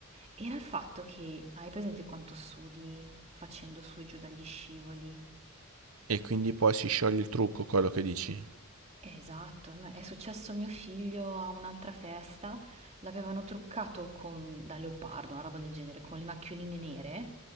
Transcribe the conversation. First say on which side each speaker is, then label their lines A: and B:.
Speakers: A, on the right; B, on the right.
A: era il fatto che hai presente quanto sudi facendo su e giù dagli scivoli?
B: E quindi poi si scioglie il trucco, quello che dici.
A: Esatto, a me è successo a mio figlio a un'altra festa, l'avevano truccato con- da leopardo, una roba del genere, con le macchioline nere.